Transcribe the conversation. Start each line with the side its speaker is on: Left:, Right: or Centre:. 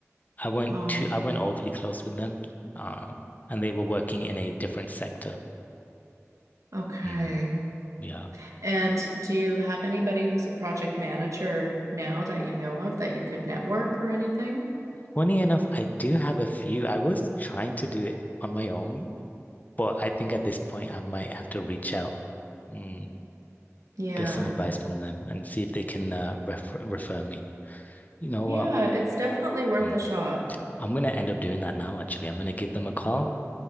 Left: I went
Right: Um,
Left: to I went overly close with them, um, and they were working in a different sector.
Right: okay.
Left: Mm, yeah.
Right: And do you have anybody who's a project manager now that you know of that you could network or anything?
Left: Funny enough, I do have a few. I was trying to do it on my own, but I think at this point I might have to reach out, mm,
Right: Yeah.
Left: get some advice from them, and see if they can uh, refer refer me. You know what?
Right: Yeah, it's definitely worth
Left: Mm,
Right: a shot.
Left: I'm gonna end up doing that now, actually. I'm gonna give them a call